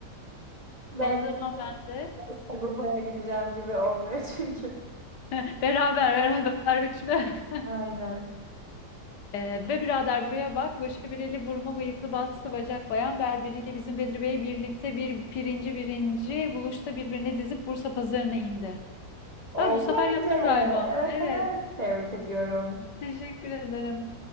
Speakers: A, on the right; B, on the left.
A: Ben
B: O zaman ben de
A: biraz Sagopa'ya gideceğim gibi olmuyor çünkü.
B: <laughs> Beraber beraber üçlü. <laughs>
A: Aynen.
B: Ee, be birader buraya bak. Başı bireli burma bıyıklı bastı bacak bayan berberiyle bizim Bedri Bey birlikte bir pirinci birinci buluşta birbirine dizip Bursa pazarına indi.
A: Oldu
B: Ha, bu sefer
A: bence.
B: yaptım galiba.
A: Evet
B: Evet.
A: evet. Tebrik ediyorum.
B: Teşekkür ederim.